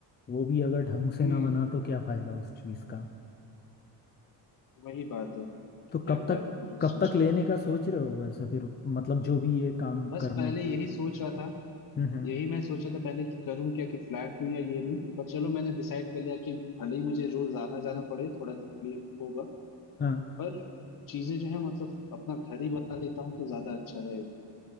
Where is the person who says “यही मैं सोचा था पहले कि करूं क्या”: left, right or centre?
Left